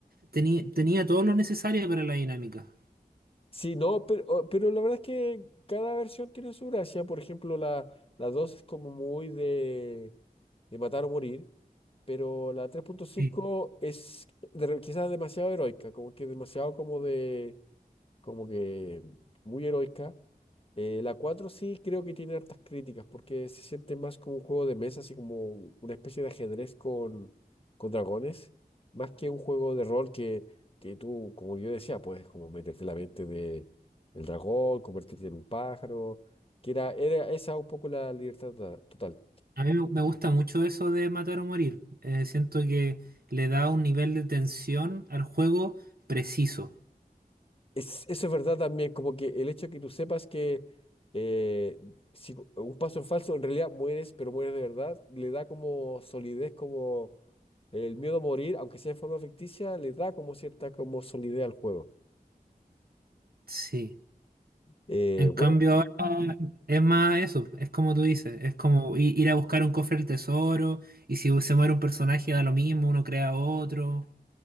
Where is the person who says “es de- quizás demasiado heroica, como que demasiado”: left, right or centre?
Left